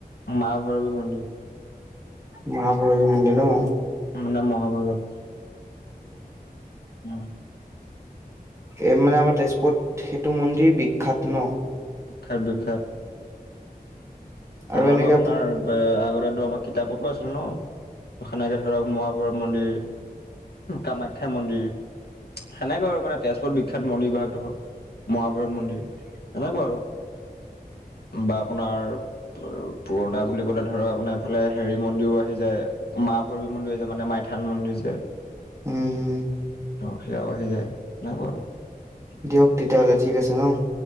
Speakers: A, on the left; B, on the right.
A: মা ভৈৰৱী মন্দিৰ
B: মা ভৰৱী মন্দিৰ অ
A: মানে মহাভৈৰব উ
B: এ মানে আমাৰ তেজপুৰত সেইটো মন্দিৰ বিখ্যাত ন
A: বিখ্যাত বিখ্যাত
B: আৰু
A: আমাৰটো
B: এনেকে
A: আপোনাৰ আগতেটো আমাৰ কিতাপতো আছিল ন সেনেকে ধৰক মহাভৈৰৱ মন্দিৰ কামাখ্যা মন্দিৰ সেনেকৈ আৰু মানে তেজপুৰত বিখ্যাত মন্দিৰ বিগ ধৰ মহাভৈৰৱ মন্দিৰ এনেকুৱা আৰু বা আপোনাৰ পুৰণা বুলি ক'লে ধৰক আপোনাৰ এইফালে হেৰি মন্দিৰো আহি যায় মা ভৈৱী মন্দিৰ য মানে মাইথান মন্দিৰ যে
B: উম হম
A: অ সেয়াৱ হৈ যায় ন বাৰ
B: দিয়ক তেতিয়াহ'লে ঠিক আছে ন